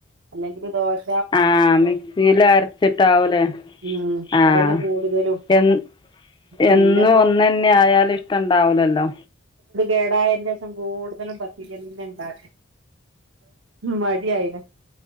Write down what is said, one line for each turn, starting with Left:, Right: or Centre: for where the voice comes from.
Right: അല്ലെങ്കില് ദോശ്
Left: ആഹ് മിക്സീലരച്ചിട്ടാവൂലേ
Right: ഉം
Left: ആഹ്
Right: അതന്നെ കൂടുതലും
Left: എൻ
Right: പിന്നെപ്പോ
Left: എന്നും ഒന്നെന്നെ ആയാലും ഇഷ്ടം ഇണ്ടാവ്ലല്ലോ
Right: കേടായേന്റെശം കൂട്തലും പത്തിര്യെന്നെണ്ടാ മടി ആയിന്